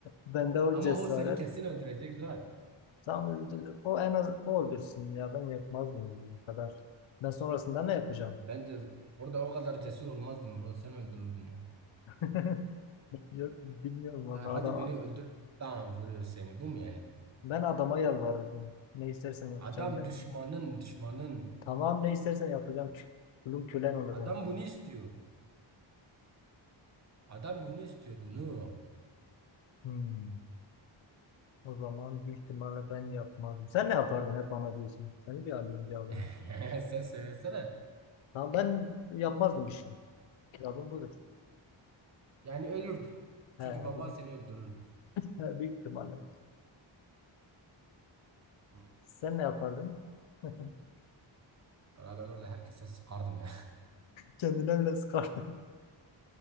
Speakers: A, on the left; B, on the right.
A: bende o
B: Ama
A: cesaret
B: o seni kesin öldürecek zaten.
A: tam öldür. O en az o öldürsün ya ben yapmazdım yani bu kadar. Ben sonrasında ne yapacağım?
B: Ben de orada o kadar cesur olmazdım bro. Sen öldürürdün ya.
A: <laughs> Yok bilmiyorum vallahi
B: Ha, hadi
A: adam
B: beni öldür. Tamam vuruyor seni. Bu mu yani?
A: Ben adama yalvarırdım. Ne istersen yapacağım
B: Adam
A: derdim.
B: düşmanın düşmanın.
A: Tamam ne istersen yapacağım. Kü- Kulun kölen olacağım
B: Adam
A: dedim.
B: bunu istiyor. Adam bunu istiyor bunu.
A: Hmm. O zaman büyük ihtimalle ben yapmazdım. Sen ne yapardın hep bana diyorsun. Seni bir alayım cevabını.
B: <laughs> Sen söylesene.
A: Tamam ben yapmazdım bir şey. Cevabım budur.
B: Yani ölürdün.
A: He,
B: Çünkü baban
A: büyük,
B: seni öldürürdü.
A: he, büyük ihtimalle.
B: Hı.
A: Sen ne yapardın? <laughs>
B: Ben orada herkese sıkardım ya.
A: Kendine bile sıkardın.